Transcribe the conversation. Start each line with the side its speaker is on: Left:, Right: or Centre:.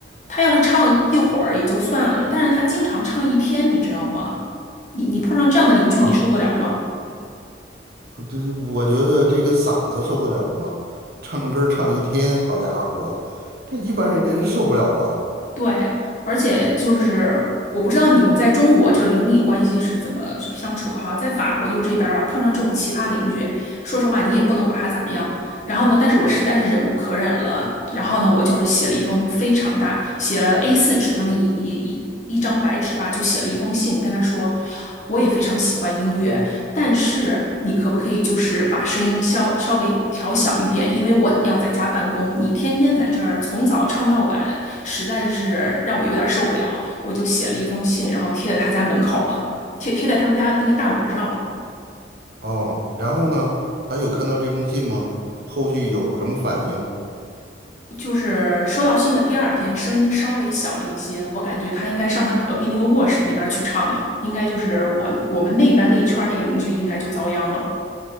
Left: 他要是唱一会儿也就算了，但是他经常唱一天，你知道吗？你你碰上这样的邻居，
Right: 啊，
Left: 你受得了吗？
Right: 呃这这，我觉得这个嗓子受得了吗？唱歌儿唱一天，好家伙，这一般人受不了吧？
Left: 对，而且就是我不知道你们在中国这个邻里关系是怎么去相处的哈，在法国就这边儿啊，碰上这种奇葩邻居，说实话你也不能把他咋样。然后呢，但是我实在是忍无可忍了，然后呢，我就是写了一封非常大，写了 a 四纸那么一一一一张白纸吧，就写了一封信，跟他说，我也非常喜欢音乐，但是你可不可以就是把声音稍稍微调小一点，因为我要在家办公，你天天在这儿从早唱到晚，实在是让我有点受不了。我就写了一封信，然后贴在他家门口了，贴贴在他们家那个大门上了。
Right: 哦，然后呢，他有看到这封信吗？后续有什么反应？
Left: 就是收到信的第二天，声音稍微小了一些，我感觉他应该上他隔壁那个卧室那边去唱了，应该就是我我们那边那一圈那个邻居应该就遭殃了。